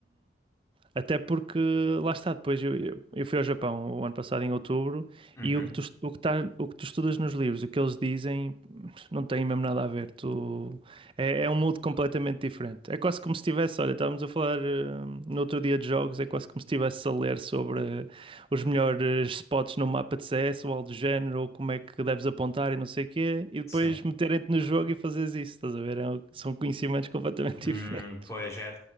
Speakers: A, on the right (about 30°); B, on the left (about 15°).
A: Até porque lá está, depois eu, eu, eu fui ao Japão o ano passado em outubro
B: Uhum.
A: e o que tu, est- o que tá, o que tu estudas nos livros, o que eles dizem, não tem mesmo nada a ver. Tu, é, é um mundo completamente diferente. É quase como se estivesse, olha, estávamos a falar eh, no outro dia de jogos, é quase como se estivesse a ler sobre eh, os melhores spots no mapa de CS ou algo do género, ou como é que deves apontar e não sei o quê, e depois
B: Sim.
A: meterem-te no jogo e fazeres isso, estás a ver? É um- são conhecimentos completamente
B: Hum,
A: <laughs> diferentes.
B: pois é,